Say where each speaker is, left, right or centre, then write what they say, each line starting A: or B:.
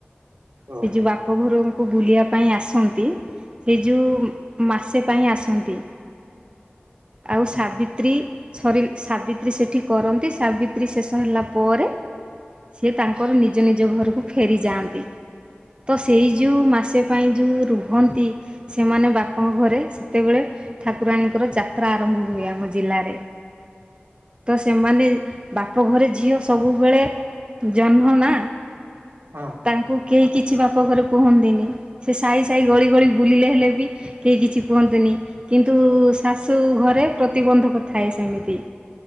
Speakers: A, on the right (about 25°); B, on the right (about 80°).
A: ସେ
B: ଓହୋ
A: ଯୋ ବାପ ଘରୁଙ୍କୁ ବୁଲିଆ ପାଇଁ ଆସନ୍ତି ସେ ଯୋଉ ମାସେ ପାଇଁ ଆସନ୍ତି ଆଉ ସାବିତ୍ରୀ
B: ହଁ
A: ସରି ସାବିତ୍ରୀ ସେଠି କରନ୍ତି ସାବିତ୍ରୀ ଶେଷ ହେଲା ପରେ ସେ ତାଙ୍କର ନିଜ ନିଜ ଘରକୁ ଫେରିଯାଆନ୍ତି। ତ ସେଇ ଯେଉ ମାସେ ପାଇଁ ଯୋଉ ରୁହନ୍ତି ସେମାନେ ବାପ ଘରେ ସେତେବେଳେ ଠାକୁରାଣୀଙ୍କର ଯାତ୍ରା ଆରମ୍ଭ ହୁଏ ଆମ ଜିଲ୍ଲାରେ। ତ ସେମାନେ ବାପଘରେ ଝିଅ ସବୁବେଳେ ଜହ୍ନ ନା
B: ହଁ
A: ତାଙ୍କୁ କେହି କିଛି ବାପ ଘରେ କୁହନ୍ତିନି। ସେ ସାଇ ସାଇ ଗଳି ଗଳି ବୁଲିଲେ ହେଲେ ବି କେହି କିଛି କୁହନ୍ତିୁନି କିନ୍ତୁ ଶାଶୁ ଘରେ ପ୍ରତିବନ୍ଧକ ଥାଏ ସେମିତି।